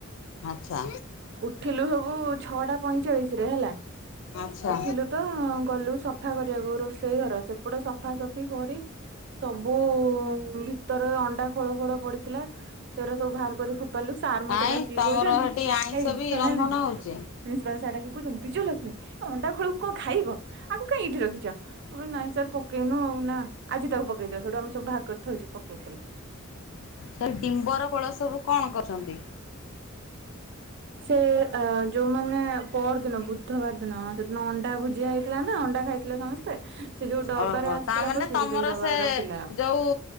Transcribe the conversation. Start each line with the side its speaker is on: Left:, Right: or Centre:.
Left: ଆଚ୍ଛା।
Right: ଉଠିଲୁ ସବୁ ଛଅଟା ପଇଁଚାଳିଶ ରେ ହେଲା।
Left: ଆଚ୍ଛା।
Right: ଉଠିଲୁ ତ ଗଲୁ ସଫା କରିବାକୁ ରୋଷେଇ ଘର ସେପଟା ସଫାସଫି କରି ସବୁ ଭିତରେ ଅଣ୍ଡା ଖୋଳ ଫୋଳ ପଡିଥିଲା ସେଟା ସବୁ ବାହାର କରି କିଲୁ ସାର୍ ମତେ
Left: କାଇଁ
Right: ଡାକିକି
Left: ତମର
Right: କହୁଛନ୍ତି
Left: ହେଠି ଆଇଁଷ
Right: ଏଇ
Left: ବି
Right: ସୋନାଲ
Left: ରନ୍ଧନ
Right: ଦିଦି
Left: ହଉଛି।
Right: ପ୍ରିନ୍ସିପାଲ ସାର୍ ଡାକିକି କହୁ ବିଜୟଲକ୍ଷ୍ମୀ ଅଣ୍ଡା ଖୋଳକୁ କଣ ଖାଇବ ଆଗ କାଇଁ ଏଇଠି ରଖିଛ ନାଇଁ ସାର୍ ପକେଇନୁ ଆଉ। ନା ଆଜି ତାକୁ ପକେଇଦିବା ସେଇଟୁ ଆମେ ସବୁ ବାହାର କରି ଥୋଇଛୁ ପକେଇବୁ ବୋଲି।
Left: ସେ ଡିମ୍ବର ଫଳ ସବୁ କଣ କରୁଛନ୍ତି?
Right: ସେ ଅ ଯୋଉମାନେ ପର ଦିନ ବୁଧବାର ଦିନ ସେଦିନ ଅଣ୍ଡା ଭୁଜିଆ ହେଇଥିଲା ନା। ଥଣ୍ଡା ଖାଇଥିଲେ ସମସ୍ତେ। ସେ ଯୋଉ ଡବାରେ
Left: ଓହୋ
Right: ଆସିଥିଲା
Left: ତାମାନେ
Right: ପଶିକି
Left: ତମର
Right: ସେଇ ଡବା
Left: ସେ
Right: ଗୁରା ଥିଲା।
Left: ଯୋଉ